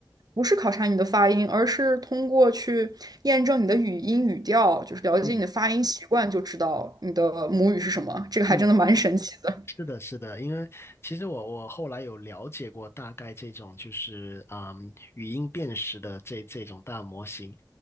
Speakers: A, on the right; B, on the left.
A: 不是考察你的发音，而是通过去验证你的语音语调，就是了解你的发音习惯，
B: 嗯
A: 就知道你的母语是什么。这个还真的蛮神奇的。
B: 嗯。是的，是的，因为其实我我后来有了解过大概这种就是嗯语音辨识的这这种大模型，